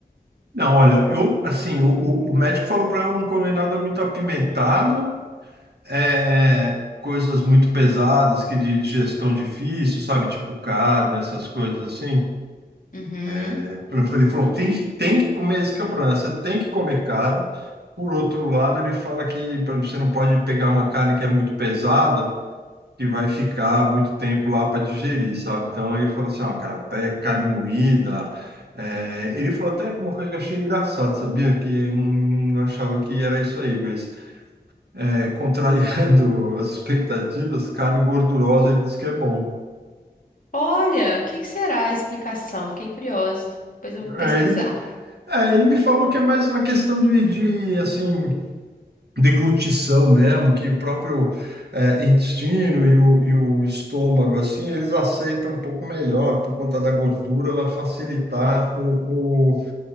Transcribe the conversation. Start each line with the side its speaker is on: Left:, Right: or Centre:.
Right: Não, olha, eu assim, o, o, o médico falou para eu não comer nada muito apimentado, é, coisas muito pesadas, que de digestão difícil, sabe? Tipo carne, essas coisas assim.
Left: Uhum.
Right: É, ele falou, tem que, tem que comer, esse que é o problema, você tem que comer carne. Por outro lado, ele fala que pra- você não pode pegar uma carne que é muito pesada, que vai ficar muito tempo lá para digerir, sabe? Então ele falou assim, ó, cara, até carne moída. É, ele falou até que uma coisa que eu achei engraçado, sabia? Que eu não achava que era isso aí, mas é, contrariando <laughs> as expectativas, carne gordurosa ele disse que é bom.
Left: Olha, o que que será a explicação? Fiquei curiosa. Depois eu vou pesquisar.
Right: É, ele, é, ele me falou que é mais uma questão de, de assim. deglutição mesmo, que o próprio eh, intestino e o, e o estômago, assim, eles aceitam um pouco melhor, por conta da gordura, ela facilitar o, o-